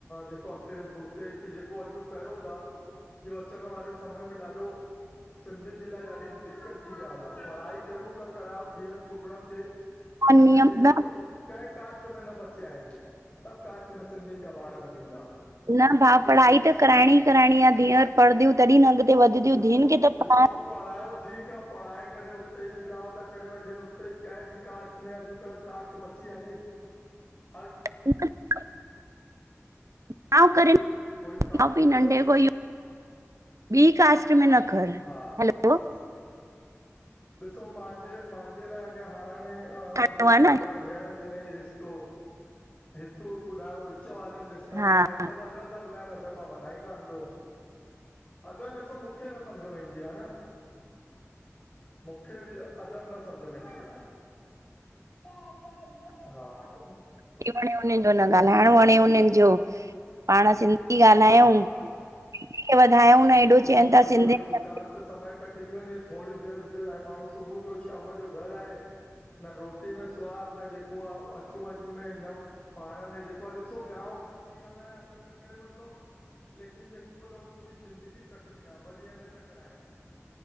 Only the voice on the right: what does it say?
नियम
न
न भाउ पढ़ाई त कराइणी ई कराइणी आ धीअर पढ़ंदियूं तॾहिं न अॻिेते वधंदियूं
धीअनि खे त
पडा
<inaudible> <unintelligible>
बी कास्ट न करने
हलो
करिणो
आहे न
हा
<unintelligible> न ॻाल्हाइण वण जो उनजो पाण सिंध ही ॻाल्हायूं,
के वधायूं न हेॾो चवनि
था
सिंधियुनि
खे